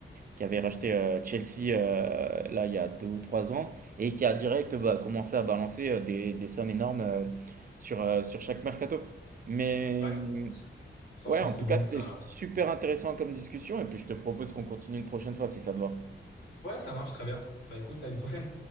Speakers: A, on the right; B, on the left.
A: qui avait racheté euh, Chelsea euh, là il y a deux ou trois ans et qui a direct bah, commencé à balancer euh, des, des sommes énormes euh, sur, euh, sur chaque mercato. Mais
B: ouais.
A: euh,
B: Sans
A: ouais,
B: forcément
A: en tout cas, c'était
B: que ça.
A: super intéressant comme discussion et puis je te propose qu'on continue une prochaine fois si ça te va.
B: Ouais, ça marche très bien. Bah écoute, à une prochaine.